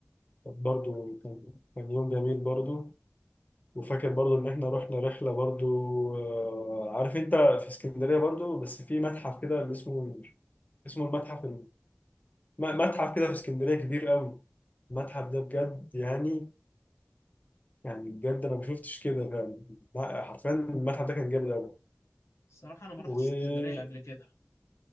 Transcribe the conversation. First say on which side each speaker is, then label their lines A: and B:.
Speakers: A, on the left (about 35°); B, on the left (about 85°).
A: كانت برضو كان كان يوم جميل برضو وفاكر برضو إن إحنا رحنا رحلة برضو آه، عارف أنت في اسكندرية برضو بس في متحف كده اللي اسمه اسمه المتحف م- متحف كده في اسكندرية كبير قوي المتحف ده بجد يعني يعني بجد انا ما شفتش كده فعلا لا، حرفيا المتحف ده كان جامد قوي
B: الصراحة أنا ما رحتش
A: و
B: اسكندرية قبل كده